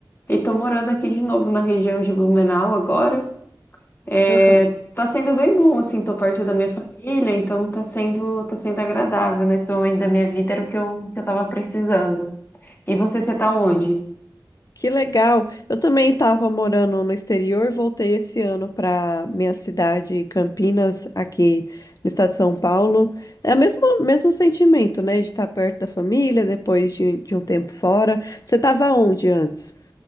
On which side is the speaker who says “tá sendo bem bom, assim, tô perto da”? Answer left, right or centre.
Left